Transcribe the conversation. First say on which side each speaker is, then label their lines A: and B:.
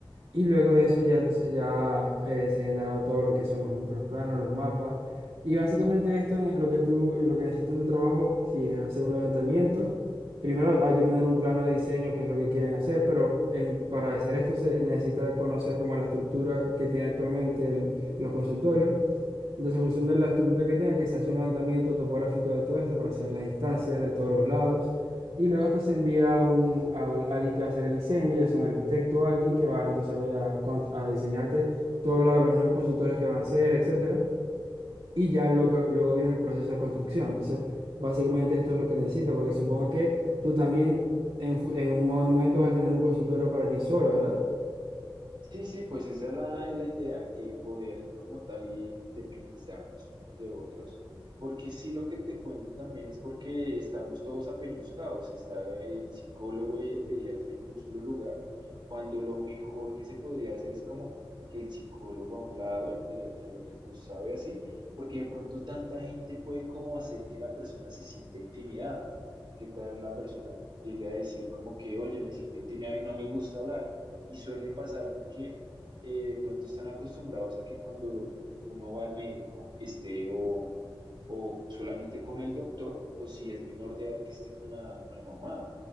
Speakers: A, on the right (about 80°); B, on the right (about 65°).
A: y luego de eso ya entonces ya eh, se ha generado todo lo que son los, los planos, los mapas. Y básicamente esto en lo que tú, en lo que necesitas en tu trabajo, si es hacer un levantamiento, primero hay que tener un plano de diseño, que es lo que quieren hacer, pero en- para hacer esto se necesita conocer como la estructura que tiene actualmente el- los consultorios entonces, en función de la estructura que tenga, que se hace un levantamiento topográfico de todo esto para saber las distancias de todos los lados. Y luego esto se envía a, un, a ol- alguien que va a hacer el diseño, ya sea un arquitecto o alguien que va entonces a, con- a diseñarte todos los, los nuevos consultores que van a hacer, etcétera. Y ya lo que, luego viene el proceso de construcción. Entonces, básicamente esto es lo que necesitas, porque supongo que tú también en, fu- en un momento vas a tener un consultorio para ti solo, ¿verdad?
B: Sí, sí, pues esa es la, es la idea, eh, poder como tal eh, independizarnos unos de otros, porque sí lo que te cuento también es porque estamos todos apeñuscados, está el psicólogo y el pediatra en un solo lugar, cuando lo mejor que se podría hacer es como que el psicólogo a un lado, el pediatra al otro, costado y así, porque de pronto tanta gente puede como hacer que la persona se sienta intimidada, que tal la persona llegue a decir como que, oye, me siento intimidada y no me gusta hablar. Y suele pasar porque eh, de pronto están acostumbrados a que cuando lo, uno va al médico esté o, o solamente con el doctor o si es menor de edad que esté con la, con la mamá.